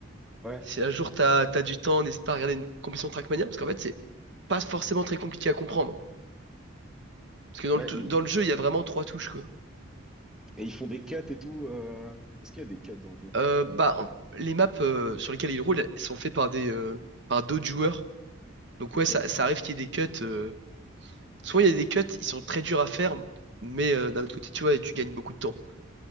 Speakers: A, in the centre; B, on the right (about 55°).
A: ouais,
B: Si un jour t'as, t'as du temps, n'hésite pas à regarder une compétition Trackmania, parce qu'en fait, c'est pas forcément très compliqué à comprendre. Parce que dans
A: ouais.
B: le, tou-
A: ils-
B: dans le jeu, il y a vraiment trois touches, quoi.
A: et ils font des cuts et tout. euh, Est-ce qu'il y a des cuts dans le jeu?
B: Euh, bah, en- les maps euh, sur lesquelles ils roulent, elles sont faites par des, euh, par d'autres joueurs. Donc
A: Ok.
B: ouais, ça, ça arrive qu'il y ait des cuts. euh. Souvent, il y a des cuts, ils sont très durs à faire, mais euh, d'un autre côté, tu vois, tu gagnes beaucoup de temps.